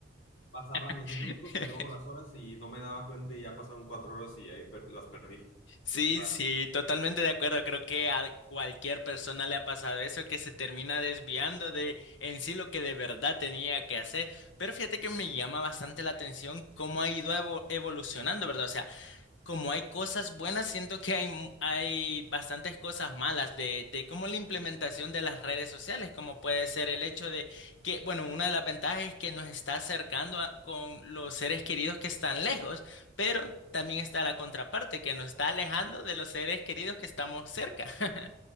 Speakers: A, on the left (about 80°); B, on the left (about 65°).
A: pasaban
B: <laughs>
A: los minutos y luego las horas y no me daba cuenta y ya pasaron cuatro horas y ahí per- las perdí.
B: Sí,
A: Entonces está.
B: sí, totalmente de acuerdo. Creo que a cualquier persona le ha pasado eso, que se termina desviando de en sí lo que de verdad tenía que hacer. Pero fíjate que me llama bastante la atención cómo ha ido evo- evolucionando, ¿verdad? O sea, como hay cosas buenas, siento que hay, mu- hay bastantes cosas malas de, de cómo la implementación de las redes sociales, como puede ser el hecho de que, bueno, una de las ventajas es que nos está acercando a- con los seres queridos que están lejos, pero también está la contraparte, que nos está alejando de los seres queridos que estamos cerca. <laughs>